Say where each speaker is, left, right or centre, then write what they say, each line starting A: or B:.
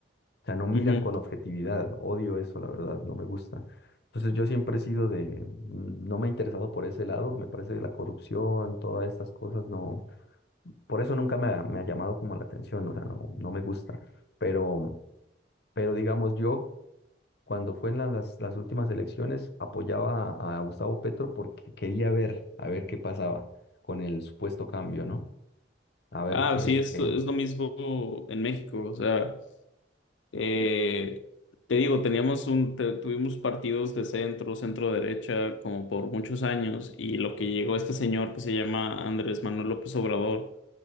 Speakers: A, on the left; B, on the left.
A: O sea, no miran
B: Ujú.
A: con objetividad, odio eso, la verdad, no me gusta. Entonces yo siempre he sido de, mm, no me he interesado por ese lado, me parece la corrupción, todas estas cosas, no. Por eso nunca me ha, me ha llamado como la atención, o sea, no, no me gusta. Pero, pero digamos, yo cuando fue en la- las, las últimas elecciones apoyaba a, a Gustavo Petro porque quería ver, a ver qué pasaba con el supuesto cambio, ¿no? A ver
B: Ah,
A: qué,
B: sí, es,
A: qué-
B: es lo mismo en México. O sea, eh, te digo, teníamos un, te- tuvimos partidos de centro, centro derecha, como por muchos años, y lo que llegó este señor que se llama Andrés Manuel López Obrador